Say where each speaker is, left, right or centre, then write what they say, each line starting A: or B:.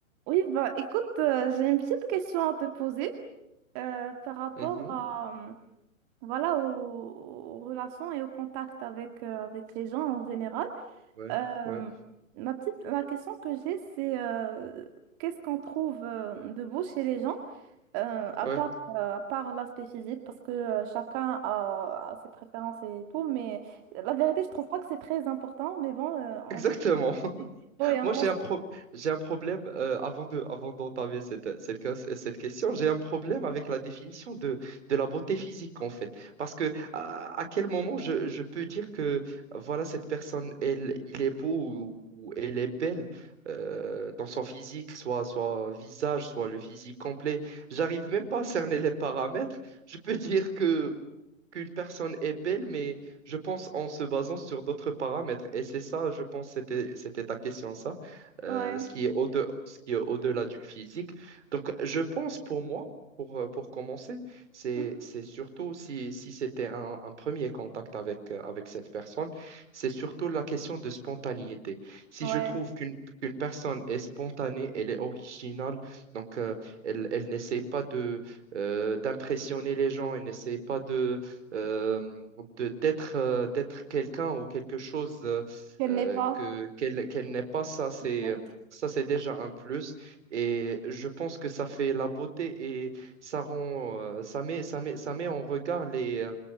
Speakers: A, on the right; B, on the right.
A: Oui, bah écoute, euh, j'ai une petite question à te poser euh, par rapport
B: Mhm.
A: à, euh, voilà, aux, aux relations et au contact avec, euh, avec les gens en général.
B: Ouais.
A: Euh,
B: Ouais,
A: ma petite, la question que j'ai, c'est euh, qu'est-ce qu'on trouve euh, de beau chez les gens, euh, à
B: ouais,
A: part, euh, à part l'aspect physique, parce que euh, chacun a, a ses préférences et tout, mais la vérité, je trouve pas que c'est très important, mais bon, euh, on
B: exactement.
A: va...
B: <laughs>
A: Oui, on
B: Moi,
A: va...
B: j'ai un pro- j'ai un problème euh, avant de, avant d'entamer cette, cette, ques- cette question, j'ai un problème avec la définition de, de la beauté physique en fait, parce que à, à quel moment je, je peux dire que voilà cette personne, elle, il est beau ou, ou elle est belle euh, dans son physique, soit soit visage, soit le physique complet. J'arrive même pas à cerner les paramètres. Je peux dire que qu'une personne est belle, mais je pense en se basant sur d'autres paramètres. Et c'est ça, je pense, c'était, c'était ta question, ça, Euh,
A: Ouais.
B: ce qui est au de- ce qui est au-delà du physique. Donc, je pense pour moi, pour, euh, pour commencer, c'est,
A: Mhm.
B: c'est surtout si, si c'était un, un premier contact avec, euh, avec cette personne, c'est surtout la question de spontanéité. Si
A: Ouais.
B: je trouve qu'une qu'une personne est spontanée, elle est originale, donc euh, elle, elle n'essaie pas de, euh, d'impressionner les gens, elle n'essaie pas de euh, de- d'être euh, d'être quelqu'un ou quelque chose euh,
A: Qu'elle
B: euh,
A: n'est pas.
B: que qu'elle qu'elle n'est pas, ça c'est
A: ouais.
B: ça c'est déjà un plus. Et je pense que ça fait la beauté et ça rend euh, ça met ça met ça met en regard les euh,